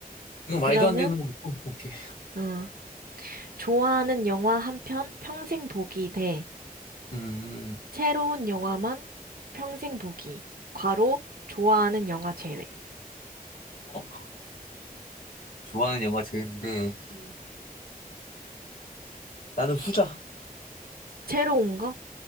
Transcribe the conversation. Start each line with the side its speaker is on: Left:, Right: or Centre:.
Left: 이거 말도
Right: 그러면,
Left: 안 되는 거 있고, 오케이.
Right: 어, 좋아하는 영화 한 편 평생 보기 대
Left: 음,
Right: 새로운 영화만 평생 보기. 괄호, 좋아하는 영화 제외.
Left: 어? 좋아하는 영화 제인데
Right: 응.
Left: 나는 후자.
Right: 새로운 거?